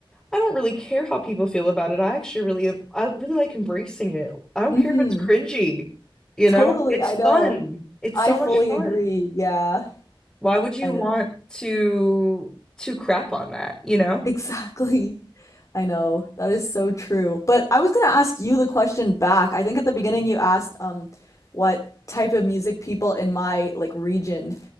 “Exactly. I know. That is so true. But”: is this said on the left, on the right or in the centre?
Left